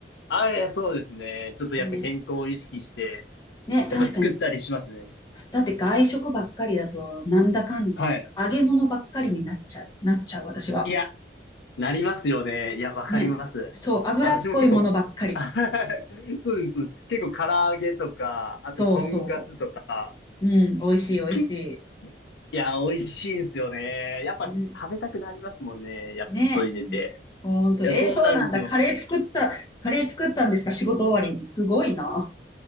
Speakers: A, on the left (about 80°); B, on the left (about 20°).
A: あ、いや、そうですね。ちょっとやっぱ健康を意識して、
B: ね。ね、
A: やっぱ作ったりしますね。
B: 確かにだって外食ばっかりだと、なんだかんで、
A: はい。
B: なんか揚げ物ばっかりになっちゃう、なっちゃう、私は。
A: いや、なりますよね。いや、わかります。
B: ね。そう、脂っこいものばっかり。
A: 私も結構、<laughs> あははそうです。結構唐揚げとか、あととんかつとか、
B: そうそう。うん、美味しい、美味し
A: け、いや、美味しいんですよね。やっぱ食べたくなりますもんね。
B: い。うん。
A: やっぱ外に出て。
B: ね。ほんと。
A: いや、
B: えーそうなんだ。
A: そうなんですよ。
B: カレー作った、カレー作ったんですか仕事終わりに。すごいな。